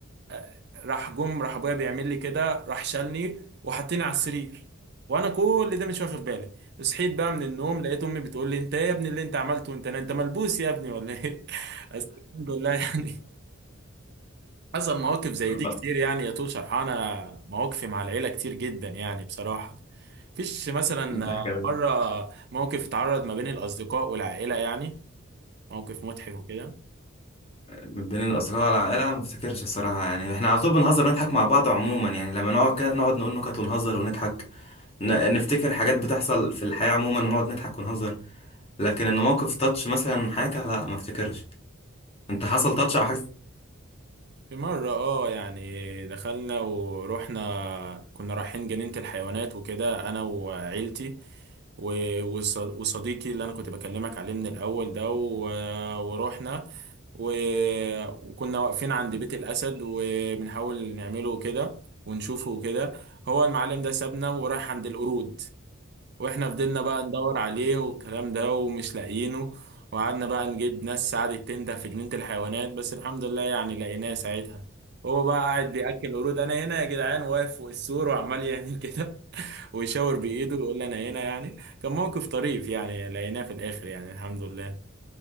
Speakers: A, on the right (about 55°); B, on the left (about 30°).
A: آه، راح جم راح ابويا بيعمل لي كده راح شالني وحطني على السرير وانا كل ده مش واخد بالي صحيت بقى من النوم لقيت امي بتقول لي انت ايه يا ابني اللي انت عملته انت انت ملبوس يا ابني ولا ايه <laughs> بس الحمد لله يعني حصل مواقف زي
B: <laughs>
A: دي كتير يعني يا طول شرحانة مواقفي مع العيلة كتير جدا يعني بصراحة فيش مثلا
B: ده كده
A: مرة موقف اتعرض ما بين الأصدقاء والعائلة يعني موقف مضحك وكده
B: من بين الأصدقاء والعائلة ما افتكرش الصراحة يعني احنا على طول بنهزر ونضحك مع بعض عموما يعني لما نقعد كده نقعد نقول نكت ونهزر ونضحك ن- نفتكر حاجات بتحصل في الحياة عموما ونقعد نضحك ونهزر لكن ان موقف تاتش مثلا حاجة لا ما افتكرش انت حصل تاتش او حاجة زي-
A: في مرة اه يعني دخلنا ورحنا كنا رايحين جنينة الحيوانات وكده أنا وعيلتي و- وص- وصديقي اللي انا كنت بكلمك عليه من الاول ده و- ورحنا و- وكنا واقفين عند بيت الاسد وبنحاول نعمله كده ونشوفه كده هو المعلم ده سابنا وراح عند القرود واحنا فضلنا بقى ندور عليه والكلام ده ومش لاقيينه وقعدنا بقى نجيب ناس قعدت تنده في جنينة الحيوانات بس الحمد لله يعني لقيناه ساعتها هو بقى قاعد بياكل قرود انا هنا يا جدعان واقف فوق السور وعمال يعمل كده <laughs> ويشاور بايده ويقول لي انا هنا يعني كان موقف طريف يعني لقيناه في الاخر يعني الحمد لله